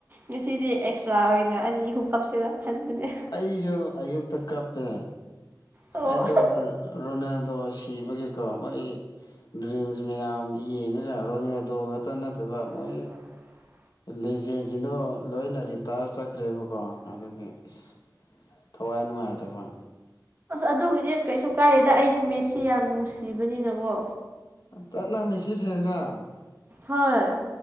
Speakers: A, on the right (about 30°); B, on the left (about 65°).
A: ꯉꯁꯤꯗꯤ ꯑꯦꯛꯁꯇ꯭ꯔꯥ ꯑꯣꯏꯅ ꯃꯤꯍꯨ ꯀꯞꯁꯤꯔꯥ ꯈꯟꯕꯅꯦ
B: ꯑꯩꯁꯨ ꯑꯌꯨꯛꯇ ꯀꯞꯄꯦ
A: ꯑꯣ
B: ꯑꯗꯣ ꯔꯣ ꯔꯣꯅꯥꯜꯗꯣ ꯁꯤ ꯀꯤꯕꯒꯤꯀꯣ ꯃꯣꯏ ꯔꯤꯜꯁ ꯃꯌꯥꯝ ꯌꯦꯡꯉꯒ ꯔꯣꯅꯦꯜꯗꯣꯉꯛꯇ ꯅꯠꯇꯕ ꯃꯣꯏ
A: <inaudible>
B: ꯂꯦꯖꯦꯁꯤꯡꯗꯣ ꯂꯣꯏꯅ ꯔꯤꯇꯥꯌ꯭ꯔ ꯆꯠꯈ꯭ꯔꯦꯕꯀꯣ ꯑꯗꯨꯒꯤ ꯏ꯭ꯁ ꯊꯋꯥꯏ ꯅꯨꯡꯉꯥꯏꯇꯕ
A: ꯑꯗꯨꯒꯤꯗꯤ ꯀꯩꯁꯨ ꯀꯥꯏꯗꯦꯗ ꯑꯩꯗꯤ ꯃꯦꯁꯤ ꯌꯥꯝ ꯅꯨꯡꯁꯤꯕꯅꯤꯅꯀꯣ
B: ꯇꯠ ꯅꯪ ꯃꯦꯁꯤ ꯐꯦꯟꯂꯥ
A: ꯍꯣꯏ